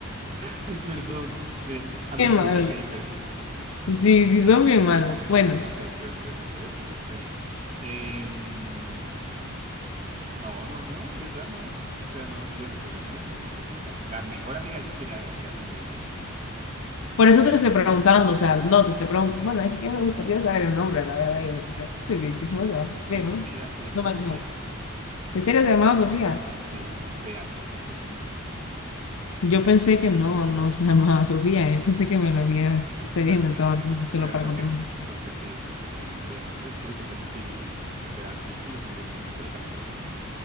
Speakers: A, on the right; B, on the left.
A: <laughs> Ay, perdón. Eh, ¿amigo
B: Qué malo.
A: o hater?
B: Sí, sí, son bien malos. Bueno,
A: No, pero, pero es molestando, es con mucho cariño. Em, no, no, no, en verdad no. O sea, no, yo, pues yo no la sentí fresita. La mejor amiga ya sí era, sí era como medio fresita, la verdad.
B: por eso te estoy preguntando, o sea, no te estoy preguntando. Bueno, es que me gustaría saber el nombre, la verdad. Yo, yo sí soy bien chismosa, pero
A: Eh, Sofía, se llamaba
B: no vale
A: Sofía.
B: más. ¿En serio se llamaba Sofía?
A: Sí, con P H. Sofía.
B: Yo pensé que no, no se <laughs> llamaba Sofía. Yo pensé que me lo habías, te habías
A: Ay,
B: inventado
A: pero,
B: el nombre solo
A: pero,
B: para
A: ¿por
B: contarme.
A: qué, por qué te, por qué te inventaría nombres? ¿Por qué te mentiría? O sea, sí que los hombres mienten, pero tampoco.